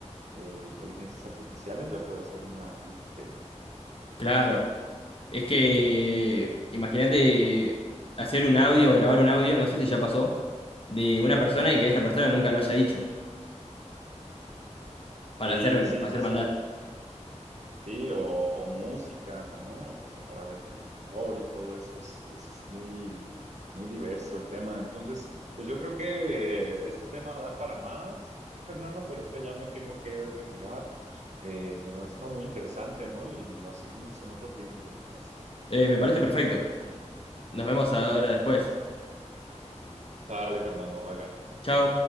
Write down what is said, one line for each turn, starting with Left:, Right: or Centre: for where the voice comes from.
Right: eh, inteligencias artificiales, ya puede hacer una deepfake.
Left: claro, es que imagínate hacer un audio, grabar un audio, no sé si ya pasó, de una persona y que esa persona nunca lo haya dicho, para
Right: Sí,
Left: hacer,
Right: sí,
Left: para hacer
Right: sí, sí.
Left: maldad.
Right: Sí, o, o música, ¿no? Como para delitos de amor y todo eso. Es, es muy, muy diverso el tema. Entonces, pues yo creo que eh, este tema da para más, Fernando, pero ahorita ya me tengo que retirar. Eh, pero ha estado muy interesante, ¿no? Y lo seguimos en otro tiempo, ¿qué te parece?
Left: Eh, me parece perfecto. Nos vemos ahora después.
Right: Sale, Fernando, bye bye.
Left: Chao.